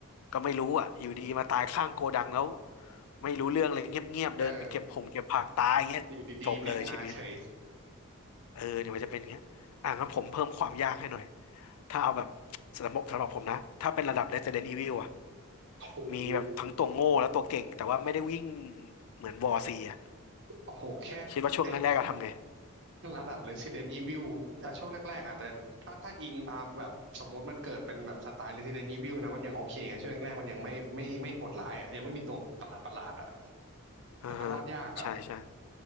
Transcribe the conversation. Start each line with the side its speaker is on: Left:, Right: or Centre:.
Left: ก็ไม่รู้อ่ะอยู่ดีมาตายข้างโกดังแล้วไม่รู้เรื่องเลยเงียบๆเดินไปเก็บผงเก็บผักตายเงี้ยจบเลยชีวิต
Right: เอออยู่ดีๆแม่งมาเฉย
Left: เออเดี๋ยวมันจะเป็นอย่างเงี้ยอ่ะงั้นผมเพิ่มความยากให้หน่อยถ้าเอาแบบสำหรับสำหรับผมนะถ้าเป็นระดับ Resident Evil อ่ะ
Right: โอโห
Left: มีแบบทั้งตัวโง่และตัวเก่งแต่ว่าไม่ได้วิ่งเหมือนวอร์ซีอ่ะ
Right: โอ้โหแค่ไอ้
Left: คิดว่าช่วงแรกๆเราทำไง
Right: ระดับ Resident Evil อ่ะช่วงแรกๆอาจจะถ้าถ้าอิงตามแบบสมมติมันเกิดเป็นแบบสไตล์ Resident Evil นะมันยังโอเคไงช่วงแรกๆมันยังไม่ไม่ไม่โหดร้ายอ่ะยังไม่มีตัวประหลาดประหลาดอ่ะ
Left: อ่าฮะใช่ใช่
Right: แต่ก็รอดยากอ่ะ